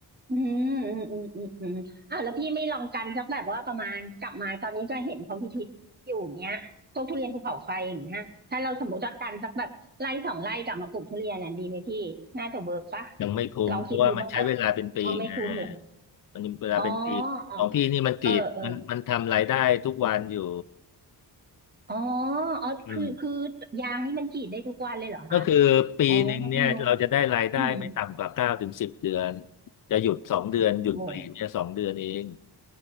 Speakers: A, on the right; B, on the left.
A: อืมอืมอืมอืมอืมอ่ะแล้วพี่ไม่ลองกันสักแบบว่าประมาณกลับมาตอนนี้ก็เห็นเขาพิธีอยู่เนี้ยพวกทุเรียนภูเขาไฟอย่างเงี้ยถ้าเราสมมติว่ากันสักแบบไร่สองไร่กลับมาปลูกทุเรียนน่ะดีไหมพี่น่าจะเวิร์กปะ
B: ยังไม่คุ้มเพราะว่ามันใช้เวลาเป็นปีไง
A: ลองคิดดูบ้างปะเอาไม่คุ้มเหรอ
B: มันเวลาเป็นปีของพี่นี่มันกรีดมันมันทำรายได้ทุกวันอยู่
A: อ๋ออ๋อเออเอออ๋ออ๋อคือคือ
B: อืม
A: ยางนี่มันกรีดได้ทุกวันเลยเหรอคะ
B: ก็คือปีหนึ่งเนี่ยเราจะได้รายได้ไม่ต่ำกว่าเก้าถึงสิบเดือน
A: อ๋อเพิ่งรู้อืม
B: จะหยุดสองเดือนหยุดปลีกเนี่ยสองเดือนเอง
A: โอ้